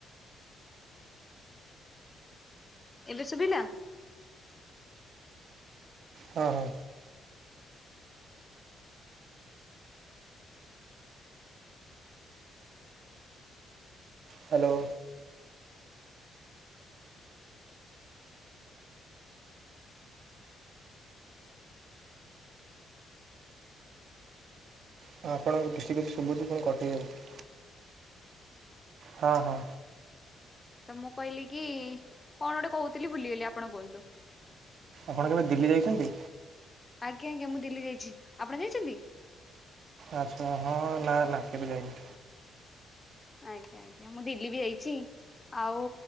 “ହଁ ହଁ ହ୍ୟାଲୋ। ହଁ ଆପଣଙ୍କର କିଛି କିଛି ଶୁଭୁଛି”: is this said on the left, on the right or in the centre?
Right